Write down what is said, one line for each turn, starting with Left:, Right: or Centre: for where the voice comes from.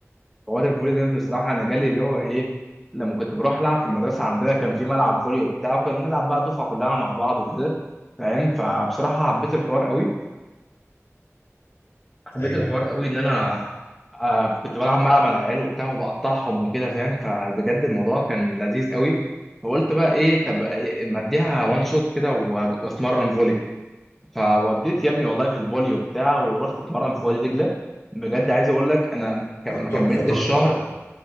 Centre: حوار الفولي ده بصراحة أنا جالي اللي هو إيه لما كنت بروح ألعب في المدرسة عندنا كان في ملعب فولي وبتاع وكنا بنلعب بقى دفعة كلها مع بعض وكده فاهم فبصراحة حبيت الحوار قوي حبيت
Left: ايوه
Centre: الحوار قوي إن أنا آه كنت بلعب مع مع العيال وبتاع وبقطعهم وكده فاهم فبجد الموضوع كان لذيذ قوي فقلت بقى إيه طب إيه ما أديها وان شوت كده و- وأتمرن فولي فوديت يا ابني والله في الفولي وبتاع ورحت أتمرن في وادي دجلة بجد عايز أقول لك أنا ك- ما
Left: طب تحفه
Centre: كملتش
Left: تحفه
Centre: شهر